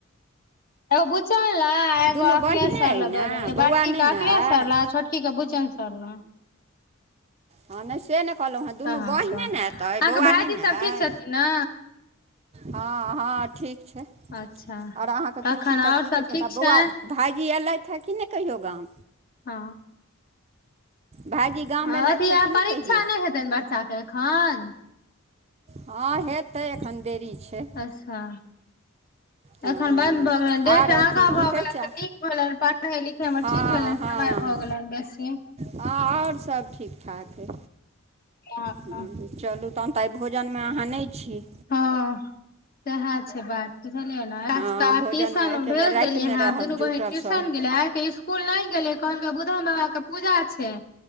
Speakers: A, on the left (about 45°); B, on the right (about 30°).
A: एगो बुच्चन लै एगो
B: दुनू
A: अखिलेश
B: बहिने
A: सर
B: अइ
A: लग
B: ने
A: दऽ देने छै बड़की
B: बौआ नहि
A: के अखिलेश
B: ने अइ
A: सर लग छोट की के बुचन सर लंग।
B: हं नहि से नहि कहलहुँ हेँ दुनू
A: अहाँके
B: बहिने
A: अहाँके
B: ने एतय अइ बौआ
A: भाईजी
B: नहि ने
A: सब
B: अइ।
A: ठीक छथिन ने
B: हँ हँ ठीक छै।
A: अच्छा
B: आओर अहाँके
A: तखन
B: तुलसी तऽ
A: आओर
B: ठीके
A: सब
B: छैथ
A: ठीक
B: आ
A: छै
B: बौआ भाइजी ऐलथि हे कि नहि कहियौ गाम।
A: हँ
B: भाइजी गाम
A: आ
B: अयलथि
A: अथी
B: हे कि
A: अ
B: नहि
A: परीक्षा
B: कहियो
A: नहि हेतइन ब च्चा के एखऽन
B: हँ हेतै एखन देरी छै।
A: अच्छा
B: हँ
A: एखन बन्द भऽ गेलनि डेट
B: आर
A: आगाँ
B: अथी
A: भऽ
B: की कहै
A: गेलनि
B: छै
A: तऽ नीक भेलनि पढ़नाय लिखनाय मे
B: हँ
A: ठीक भेलनि।
B: हँ
A: समय भऽ गेलैन बेसी।
B: हँ आओर सभ ठीक ठाक अइ।
A: आ हा
B: हूँ
A: हां
B: चलू तहन तऽ आइ भोजनमे अहाँ नहि छी।
A: हँ सएह छै बात। बुझलियै ना एकरा
B: हँ
A: सब के आइ
B: भोजनमे
A: ट्यूशन मे
B: एके
A: भेज
B: बेर रातिमे
A: देलियै हैं
B: रहब
A: आब दुनू बहीन
B: जुटब
A: ट्यूशन
B: सब
A: गेलै आइ त इस्कूलो इस्कूल नहि गेलै कहल कै बुधन बाबा के पूजा छियैन